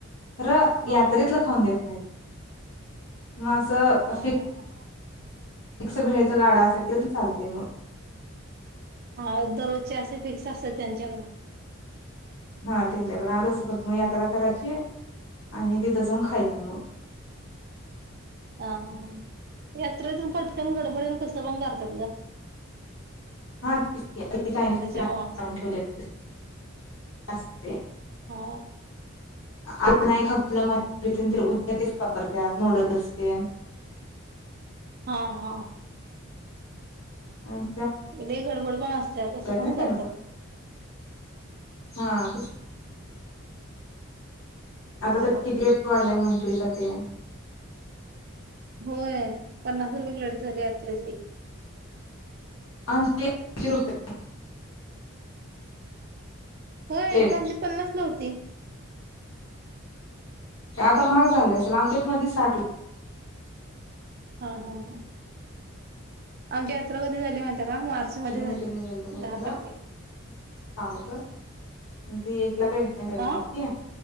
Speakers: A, on the left; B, on the right.
A: खरं
B: हा
A: यात्रेतलं खाऊन देत नाहीत. मासं अफीक
B: हा हा हा
A: ते कस भेळचा गाडा असा तेन चालतय मग
B: हा दररोजचे असे फिक्स असतात त्यांच्याकड
A: हा त्यांच्याकडे आम्ही कसं करतो मग यात्रा करायची आणि तिथं जाऊन खायचं म
B: हा हा हा यात्रेतुन पटकन गडबडीन कसं पण कर <unintelligible>
A: <unintelligible>
B: त्याच्यामुळे
A: <unintelligible>
B: असते
A: ठेवलेत. असते.
B: हा
A: आता नाही खपलं म्हणनून उद्या तेच वापरतात नूडल्स तेन
B: हा हा.
A: ह.
B: लइई गडबड पण असत्या कसं
A: ना
B: पण
A: त्यानं
B: करतात.
A: हा.
B: त्याच्यामुळं
A: आता तर किती रेट वाढलाय म्हणे. ात <unintelligible>
B: होय पन्नास रुपये एक प्लेट झाली त्यातली.
A: आमच्या इथ आईंशी रुपये.
B: होय
A: प्लेट
B: इथ आमच्यात पन्नास ला होती.
A: आता महाग झाली असल आमच्यात मधी साठ ला
B: हां हां हां आमची यात्रा कधी झाली माहि रा मार्च मध्ये
A: ला
B: झाली
A: मैत्रिणी गेलतो कवट्याला
B: दहा तारखेला.
A: काम होत, म ती एक प्रेग्नेंट आहे
B: अ
A: ना एक ती.